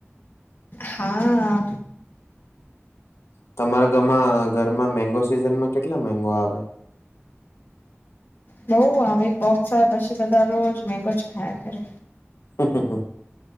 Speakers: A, on the left; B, on the left.
A: હા
B: તમારા ગામા ઘરમાં મેગો સિઝનમાં કેટલા મેગો આવે?
A: બઉ આવે એક બોક્સ આવે પછી બધા રોજ મેગો જ ખાયા કરે.
B: <unintelligible>